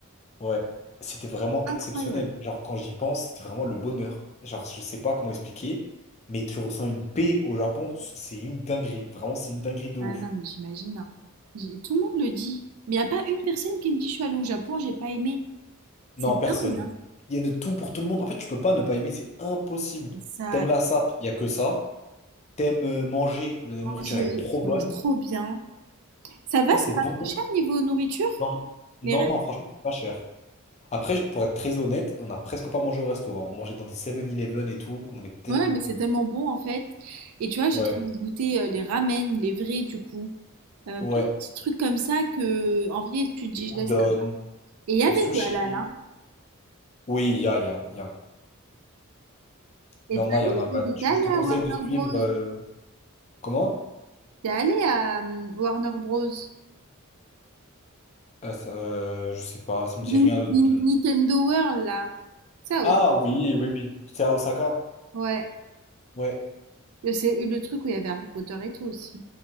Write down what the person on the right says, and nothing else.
incroyable.
Ah
non, mais j'imagine. hein. J'ai- Tout le monde le dit. Mais il n'y a pas une personne qui me dit je suis allée au Japon, j'ai pas aimé.
C'est
dingue, hein.
Ça,
manger,
tu
manges trop bien. Ça va,
c'est
pas trop cher niveau nourriture?
Les restos-
Ouais, mais c'est tellement bon en fait. Et tu vois, j'ai
trop envie de goûter euh, les ramen, les vrais du coup. Euh,
plein de petits trucs comme ça que, en vrai, tu te dis
je laisse
là. Et il y avait
du halal, hein.
Et
t'es
allé,
et t'es
allé
à
Warner
Bros.
T'es allé à euh, Warner Bros.
Nin-
Nin-
Nintendo World là. Ça,
Ouais,
le c'est le truc où il y avait Harry Potter et tout aussi.